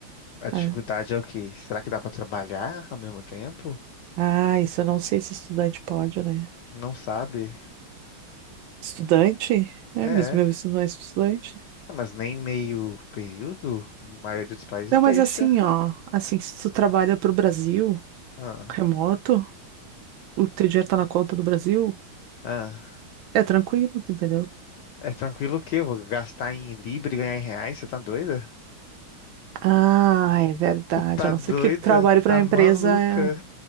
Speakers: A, on the left; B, on the right.
A: A dificuldade
B: é.
A: é o quê? Será que dá pra trabalhar ao mesmo tempo?
B: Ah, isso eu não sei se estudante pode, né?
A: Não sabe?
B: Estudante? É,
A: É,
B: mas meu visto não é estudante.
A: mas nem meio período, a maioria dos países
B: Não,
A: deixa.
B: mas assim, ó, assim, se tu trabalha pro Brasil,
A: Ah,
B: remoto, o teu dinheiro tá na conta do Brasil,
A: ah.
B: é tranquilo, tu entendeu?
A: É tranquilo o quê? Eu vou gastar em libra e ganhar em reais? Você tá doida?
B: Ah, é verdade,
A: Tá
B: a não
A: doida?
B: ser que tu trabalhe pra
A: Tá
B: uma empresa
A: maluca?
B: é,